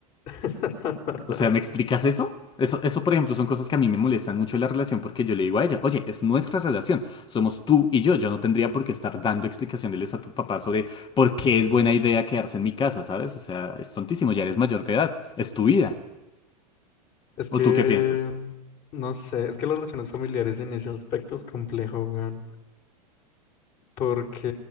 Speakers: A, on the left; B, on the left.
A: <laughs>
B: O sea, ¿me explicas eso? Eso, eso, por ejemplo, son cosas que a mí me molestan mucho de la relación porque yo le digo a ella, oye, es nuestra relación, somos tú y yo, yo no tendría por qué estar dando explicaciones a tu papá sobre por qué es buena idea quedarse en mi casa, ¿sabes? O sea, es tontísimo, ya eres mayor de edad, es tu vida.
A: Es
B: ¿O
A: que,
B: tú qué piensas?
A: mm, no sé, es que las relaciones familiares en ese aspecto es complejo, weón. Porque